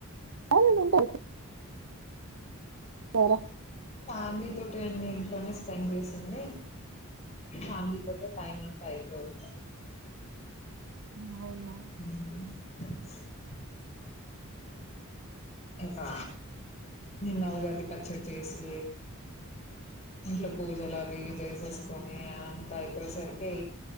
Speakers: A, on the right (about 70°); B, on the left (about 30°).
A: <unintelligible> ఉంటా సరే
B: ఫ్యామిలీ తోటి అన్ని ఇంట్లోనే స్పెండ్ చేసుండే ఫ్యామిలీ తో ఫైవ్ మంత్స్ ఐపోయిండే
A: అవును
B: <inaudible> ఇంకా నిన్న ఉగాది పచ్చడి చేసి ఇంట్లో పూజలు అవి ఇవి చేసేసుకొని అంత అయిపోయేసరికి